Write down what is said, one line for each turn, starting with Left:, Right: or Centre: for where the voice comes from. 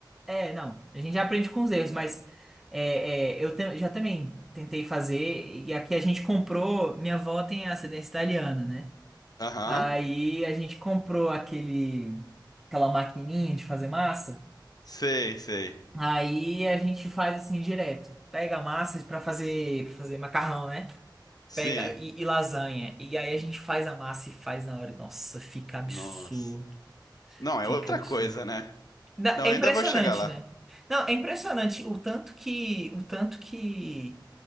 Centre: É, não. A gente já aprende com os erros, mas é, é, eu te- já também tentei fazer. E aqui a gente comprou. Minha avó tem ascendência italiana, né?
Left: Aham,
Centre: Aí a gente comprou aquele, aquela maquininha de fazer massa.
Left: sei, sei.
Centre: Aí a gente faz assim direto. Pega a massa pra fazer, pra fazer macarrão, né?
Left: Sim,
Centre: Pega e, e lasanha. E aí a gente faz a massa e faz na hora. Nossa, fica absurdo.
Left: nossa. Não, é
Centre: Fica
Left: outra
Centre: absurdo.
Left: coisa, né?
Centre: Na-
Left: Não,
Centre: é
Left: eu
Centre: impressionante,
Left: ainda vou chegar lá.
Centre: né? Não, é impressionante o tanto que o tanto que